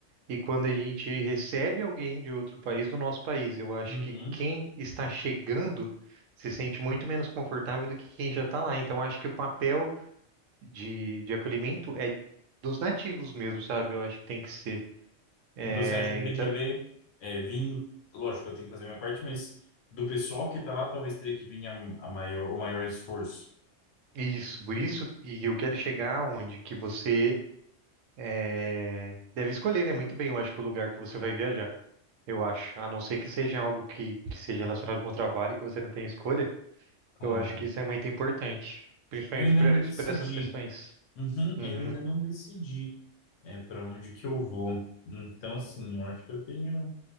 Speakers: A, on the right; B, on the left.
A: e quando a gente recebe alguém de outro país do nosso país. Eu acho
B: Uhum.
A: que quem está chegando se sente muito menos confortável do que quem já está lá. Então, eu acho que o papel de, de acolhimento é dos nativos mesmo, sabe? Eu acho que tem que ser.
B: Então
A: É,
B: você acha que tem
A: então,
B: que ver, é, vir, lógico, eu tenho que fazer minha parte, mas do pessoal que tá lá, talvez teria que vir a, a maior, o maior esforço.
A: isso, por isso, e eu quero chegar onde que você É, deve escolher, né? Muito bem, eu acho que o lugar que você vai viajar. Eu acho. A não ser que seja algo que, que seja relacionado com o trabalho, que você não tem escolha,
B: Claro.
A: eu acho que isso é muito importante. Principalmente
B: Eu ainda
A: para
B: não decidi.
A: essas questões.
B: Uhum,
A: Uhum.
B: eu ainda não decidi. é, para onde que eu vou. Então, assim, eu acho que eu tenho